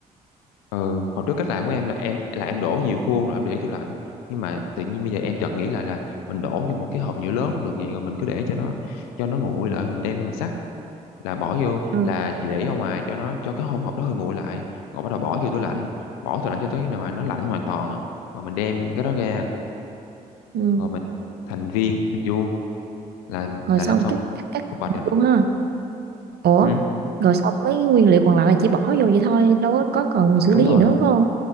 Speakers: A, on the left; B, on the right.
A: ừ hồi trước cách làm của em là em là em đổ nhiều khuôn rồi em để tủ lạnh nhưng mà tự nhiên bây giờ em chợt nghĩ là là mình đổ vô một cái hộp nhựa lớn cũng được vậy rồi mình cứ để cho nó cho nó nguội lại rồi mình đem ra mình xắt là bỏ vô
B: ừ
A: là chỉ để ở ngoài cho nó cho cái hỗn hợp đó hơi nguội lại rồi bắt đầu bỏ vô tủ lạnh bỏ tủ lạnh cho tới khi nào mà nó lạnh hoàn toàn á rồi mình đem cái đó ra
B: ừ
A: rồi mình thành viên thành vuông là
B: rồi
A: là
B: xong
A: làm xong
B: cắt cắt cắt
A: cục bạch rồi
B: luôn
A: đó
B: ha ủa
A: ừ,
B: rồi xong mấy cái nguyên liệu còn lại là chỉ bỏ vô vậy thôi đâu có, có cần xử
A: đúng
B: lý gì
A: rồi
B: nữa phải không